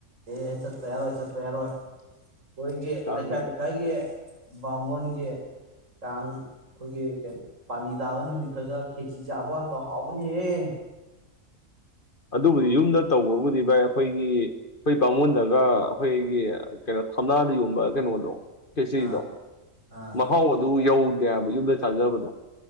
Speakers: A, on the right; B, on the left.
A: ꯑꯦ ꯆꯠꯠꯇꯄ ꯌꯥꯔꯣꯏ ꯑꯣꯏ ꯆꯠꯠꯇ ꯌꯥꯔꯣꯏ ꯑꯣꯏ ꯍꯣꯏꯒꯤ
B: ꯀꯥꯡ
A: ꯂꯩꯀꯥꯏ ꯂꯩꯦꯈꯥꯏꯒꯤ ꯕꯥꯃꯣꯟꯒꯤ ꯀꯥꯡ ꯑꯩꯈꯣꯏꯒꯤꯣ ꯄꯥꯂꯤ ꯇꯥꯕ ꯅꯨꯃꯤꯠꯇꯒ ꯈꯦꯆꯤ ꯆꯥꯕ ꯉꯥꯛꯇ ꯍꯥꯎꯕꯅꯤꯍꯦ
B: ꯑꯗꯨꯕꯨꯗꯤ ꯌꯨꯝꯗ ꯇꯧꯕꯕꯨꯗꯤ ꯚꯥꯏ ꯑꯩꯈꯣꯏꯒꯤ ꯑꯩꯈꯣꯏ ꯄꯕꯥꯉꯣꯟꯗꯒ ꯑꯩꯈꯣꯏꯒꯤ ꯀꯩꯅꯣ ꯊꯝꯂꯗ ꯌꯣꯟꯕ ꯀꯩꯅꯣꯗꯣ ꯐꯦꯁꯤꯗꯣ
A: ꯑꯥ ꯑꯥ
B: ꯃꯍꯥꯎ ꯑꯗꯨ ꯌꯧ ꯀꯌꯥꯕ ꯌꯨꯝꯗ ꯁꯥꯥꯖꯕꯅꯣ